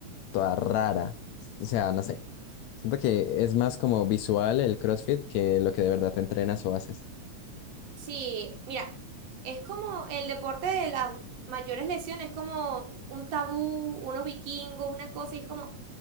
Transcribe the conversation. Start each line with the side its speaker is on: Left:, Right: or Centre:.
Left: toda rara. O sea, no sé. Siento que es más como visual el CrossFit que lo que de verdad te entrenas o haces.
Right: Sí, mira, es como el deporte de las mayores lesiones, es como un tabú, unos vikingos, una cosa, y es como,